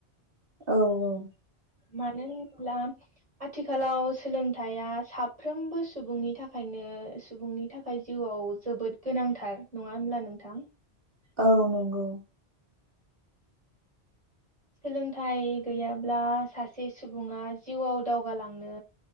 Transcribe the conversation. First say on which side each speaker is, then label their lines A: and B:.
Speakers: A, on the right (about 60°); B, on the right (about 35°).
A: औ औ
B: मानो होनब्ला आथिखालाव सोलोंथायाइया साफ्रोमबो सुबुंनि थाखायनो सुबुंनि थाखाय जिउआव जोबोद गोनांथार नङा होनब्ला नोंथां?
A: औ नंगौ।
B: सोलोंथाइ गैयाब्ला सासे सुबुङा जिउआव दावगालांनो